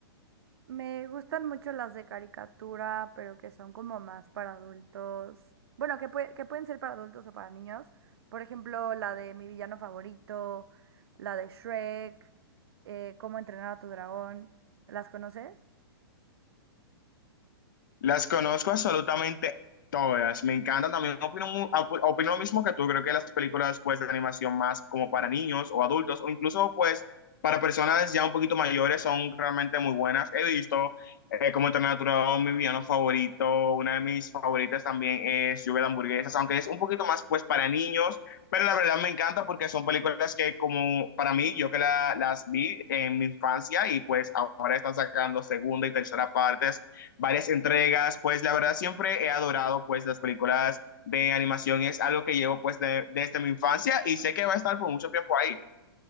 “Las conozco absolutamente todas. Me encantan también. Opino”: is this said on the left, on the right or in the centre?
Left